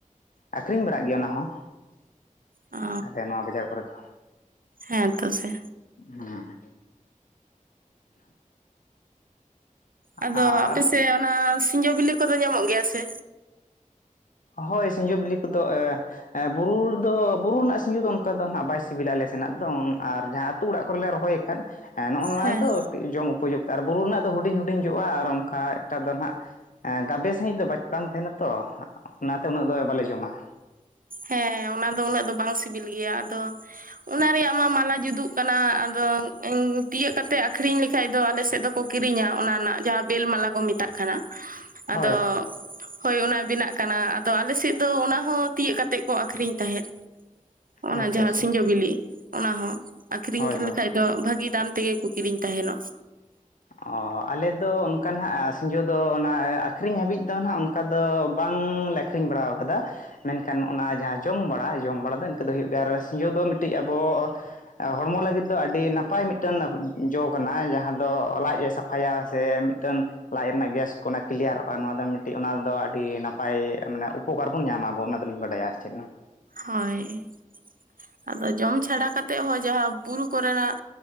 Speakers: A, on the left (about 70°); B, on the right (about 80°).
A: ᱟ. ᱠᱷᱨᱤᱧ ᱵᱟᱲᱟᱜ ᱜᱮᱭᱟ ᱚᱱᱟ ᱦᱚᱸ
B: ᱚ
A: ᱟᱞᱮ ᱱᱚᱣᱟ ᱵᱟᱡᱟᱨ ᱠᱚᱨᱮ ᱫᱚ
B: ᱦᱮᱸ ᱛᱚ ᱥᱮ
A: ᱦᱮᱸ
B: ᱟᱫᱚ
A: ᱟᱨ
B: ᱟᱯᱮᱥᱮᱫ ᱚᱱᱟ ᱥᱤᱸᱡᱚ ᱵᱤᱞᱤ ᱠᱚᱫᱚ ᱧᱟᱢᱚᱜ ᱜᱮᱭᱟ ᱥᱮ?
A: ᱦᱳᱭ ᱥᱤᱸᱡᱳ ᱵᱤᱞᱤ ᱠᱚᱫᱚ ᱮ ᱦᱮᱸ ᱵᱩᱨᱩ ᱨᱮ ᱫᱚ ᱵᱩᱨᱩ ᱨᱮᱱᱟᱜ ᱥᱤᱸᱡᱩ ᱫᱚ ᱚᱱᱠᱟ ᱫᱚ ᱦᱟᱸᱜ ᱵᱟᱭ ᱥᱤᱵᱤᱞᱟ ᱟᱞᱮ ᱥᱮᱱᱟᱜ ᱫᱚ ᱟᱨ ᱡᱟᱦᱟᱸ ᱟᱹᱛᱩ ᱚᱲᱟᱜ ᱠᱚᱨᱮ ᱞᱮ ᱨᱚᱦᱚᱭ ᱟᱠᱟᱫ ᱱᱚᱜ-ᱚ ᱱᱚᱣᱟ
B: ᱦᱮᱸ
A: ᱫᱚ ᱡᱚᱢ ᱩᱯᱚᱡᱩᱠᱛ ᱟᱨ ᱵᱩᱨᱩ ᱨᱮᱱᱟᱜ ᱫᱚ ᱦᱩᱰᱤᱧ-ᱦᱩᱰᱤᱧ ᱡᱚᱜᱼᱟ ᱟᱨ ᱚᱱᱠᱟ ᱮᱠᱴᱟ ᱫᱚ ᱱᱟᱦᱟᱜ ᱜᱟᱵᱮ ᱥᱟᱺᱦᱤᱡ ᱫᱚ ᱵᱟᱝ ᱛᱟᱦᱮᱱᱟ ᱛᱚ ᱚᱱᱟᱛᱮ ᱩᱱᱟᱹᱜ ᱫᱚ ᱵᱟᱞᱮ ᱡᱚᱢᱟ
B: ᱦᱮᱸ ᱚᱱᱟ ᱫᱚ ᱩᱱᱟᱹᱜ ᱫᱚ ᱵᱟᱝ ᱥᱤᱵᱤᱞ ᱜᱮᱭᱟ ᱟᱫᱚ ᱚᱱᱟ ᱨᱮᱭᱟᱜ ᱢᱟ ᱢᱟᱞᱟ ᱡᱩᱫᱩᱜ ᱠᱟᱱᱟ ᱟᱫᱚ ᱛᱤᱭᱟᱹᱜ ᱠᱟᱛᱮ ᱟ. ᱠᱷᱨᱤᱧ ᱞᱮᱠᱷᱟᱡ ᱫᱚ ᱟᱞᱮ ᱥᱮᱫ ᱫᱚᱠᱚ ᱠᱤᱨᱤᱧᱟ ᱚᱱᱟ ᱨᱮᱱᱟᱜ ᱡᱟᱦᱟᱸ ᱵᱮᱞ ᱢᱟᱞᱟ ᱠᱚ ᱠᱚ ᱢᱮᱛᱟᱜ ᱠᱟᱱᱟ ᱟᱫᱚ
A: ᱦᱳᱭ
B: ᱦᱳᱭ ᱚᱱᱟ ᱵᱮᱱᱟᱜ ᱠᱟᱱᱟ ᱟᱫᱚ ᱟᱞᱮᱥᱮᱫ ᱫᱚ ᱚᱱᱟᱦᱚᱸ ᱛᱤᱭᱟᱹᱜ ᱠᱟᱛᱮᱜ ᱠᱚ ᱟᱹᱠᱷᱨᱤᱧ ᱛᱟᱦᱮᱸᱫ ᱚᱱᱟ
A: ᱟᱪᱪᱷᱟ
B: ᱡᱟᱦᱟᱸ
A: ᱟᱪᱪᱷᱟ
B: ᱥᱤᱸᱡᱚ ᱵᱤᱞᱤ ᱚᱱᱟ ᱦᱚᱸ ᱟ. ᱠᱷᱨᱤᱧ
A: ᱦᱳᱭ ᱦᱳᱭ
B: ᱞᱮᱠᱷᱟᱡ ᱫᱚ ᱵᱷᱟᱹᱜᱤ ᱫᱟᱢ ᱛᱮᱜᱮ ᱠᱚ ᱠᱤᱨᱤᱧ ᱛᱟᱦᱮ ᱱᱚᱜ
A: ᱚᱦᱚ ᱟᱞᱮ ᱫᱚ ᱚᱱᱠᱟ ᱱᱟᱦᱟᱜ ᱥᱤᱸᱡᱚ ᱫᱚ ᱚᱱᱟ ᱟᱹᱠᱷᱨᱤᱧ ᱦᱟᱹᱵᱤᱡ ᱫᱚ ᱱᱟᱦᱟᱜ ᱚᱱᱠᱟ ᱫᱚ ᱵᱟᱝ-ᱞᱮ ᱟᱹᱠᱷᱨᱤᱧ ᱵᱟᱲᱟᱣ ᱠᱟᱫᱟ ᱢᱮᱱᱠᱷᱟᱱ ᱱᱚᱜ-ᱚ ᱱᱟ ᱡᱟᱦᱟᱸ ᱡᱚᱢ ᱵᱟᱲᱟ ᱡᱚᱢ ᱵᱟᱲᱟ ᱫᱚ ᱤᱱᱠᱟᱹ ᱫᱚ ᱦᱩᱭᱩᱜ ᱜᱮᱭᱟ ᱟᱨ ᱥᱤᱸᱡᱚ ᱫᱚ ᱢᱤᱴᱤᱡ ᱟᱵᱚ ᱦᱚᱲᱢᱚ ᱞᱟᱹᱜᱤᱫ ᱫᱚ ᱟᱹᱰᱤ ᱱᱟᱯᱟᱭ ᱢᱤᱫᱴᱮᱱ ᱡᱚ ᱠᱟᱱᱟ ᱡᱟᱦᱟᱸ ᱫᱚ ᱞᱟᱡ ᱮ ᱥᱟᱯᱷᱟᱭᱟ ᱥᱮ ᱢᱤᱫᱴᱟᱹᱱ ᱞᱟᱡ ᱨᱮᱱᱟᱜ ᱜᱮᱥ ᱠᱚ ᱠᱞᱤᱭᱟᱨᱚᱜᱼᱟ ᱱᱚᱣᱟ ᱫᱚ ᱢᱤᱴᱤᱡ ᱚᱱᱟᱫᱚ ᱟᱹᱰᱤ ᱱᱟᱯᱟᱭ ᱢᱟᱱᱮ ᱩᱯᱚᱠᱟᱨ ᱵᱚᱱ ᱧᱟᱢᱟ ᱵᱚ ᱚᱱᱟ ᱫᱚᱞᱤᱧ ᱵᱟᱰᱟᱭᱟ ᱟᱨ ᱪᱮᱫ ᱦᱚᱸ
B: ᱦᱳᱭ ᱟᱫᱚ ᱡᱚᱢ ᱪᱷᱟᱰᱟ ᱠᱟᱛᱮ ᱦᱚᱸ ᱡᱟᱦᱟᱸ ᱵᱩᱨᱩ ᱠᱚᱨᱮᱱᱟᱜ